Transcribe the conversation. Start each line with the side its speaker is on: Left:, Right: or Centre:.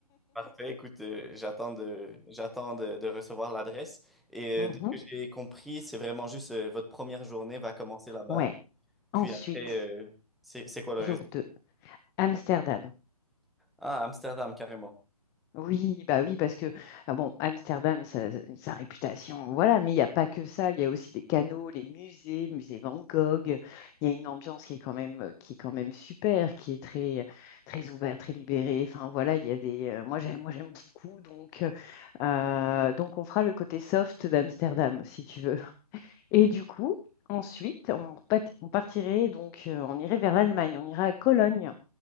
Centre: Parfait, écoute, euh, j'attends de, j'attends de, de recevoir l'adresse. Et
Left: Mhm.
Centre: euh, de ce que j'ai compris, c'est vraiment juste euh, votre première journée va commencer là-bas.
Left: Ouais.
Centre: Puis
Left: Ensuite,
Centre: après, euh, c'est, c'est quoi le
Left: jour
Centre: réseau?
Left: deux Amsterdam.
Centre: Ah, Amsterdam, carrément.
Left: Oui, bah oui, parce que ah bon, Amsterdam, sa, sa réputation, voilà, mais il n'y a pas que ça, il y a aussi les canaux, les musées, le musée Van Gogh, il y a une ambiance qui est quand même, euh, qui est quand même super, qui est très, très ouverte, très libérée. Enfin voilà, il y a des. euh, moi j'aime, moi j'aime beaucoup, donc, euh, euh, donc on fera le côté soft d'Amsterdam, si tu veux. <laughs> Et du coup, ensuite, on, repat- on partirait, donc euh, on irait vers l'Allemagne, on ira à Cologne